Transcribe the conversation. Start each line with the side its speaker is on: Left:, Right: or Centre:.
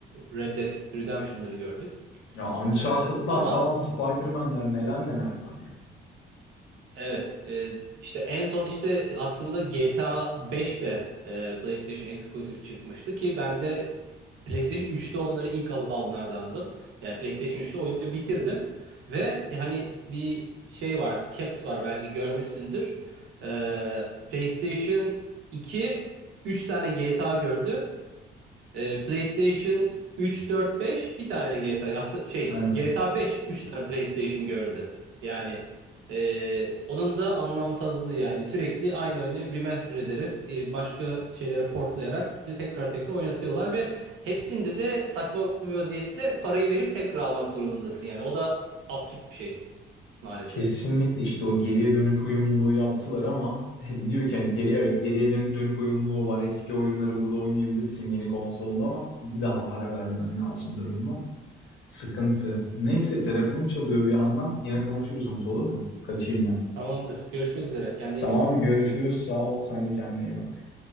Right: Red Dead Redemption'ları gördük.
Left: Ya Uncharted'lar
Right: E, ama
Left: falan, Hı? Spider-Man'ler neler neler var yani.
Right: evet e, işte en son işte aslında GTA 5 de e, PlayStation Exclusive çıkmıştı ki ben de PlayStation 3'te onları ilk alanlardandım. Yani PlayStation 3'te oyunu bitirdim ve e, hani bir şey var, caps var belki görmüşsündür. Ee, PlayStation 2 3 tane GTA gördü. Ee, PlayStation 3, 4, 5 bir tane GTA. Aslında şey
Left: Evet.
Right: GTA 5 3 tane PlayStation gördü. Yani ee, onun da anlamsızlığı yani sürekli aynı oyunu remaster ederek e, başka şeylere portlayarak bize tekrar tekrar oynatıyorlar ve hepsinde de saçma bir vaziyette parayı verip tekrar almak durumundasın yani. O da absürt bir şey maalesef.
Left: Kesinlikle işte o geriye dönük uyumluluğu yaptılar ama <laughs> diyor ki hani geri evet geriye dön- dönük uyumluluğu var. Eski oyunları burada oynayabilirsin yeni konsolda ama bir daha para vermen lazım durum var. Sıkıntı. Neyse telefonum çalıyor bir yandan. Yine konuşuruz Umut olur mu? Kaçayım ben.
Right: Tamamdır. Görüşmek üzere. Kendine
Left: Tamam
Right: iyi bak.
Left: görüşürüz. Sağ ol. Sen de kendine iyi bak.